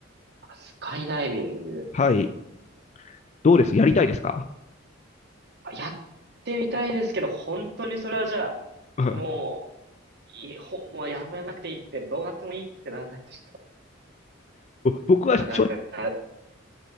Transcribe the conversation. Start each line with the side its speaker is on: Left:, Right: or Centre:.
Right: あスカイダイビング。
Left: はい。どうですやりたいですか
Right: あやってみたいですけど、本当にそれはじゃあ、
Left: <laughs>
Right: もう、いほ、もうやめなくていいって、どうなってもいいってならないとちょ
Left: 僕は正
Right: っと、なかなか、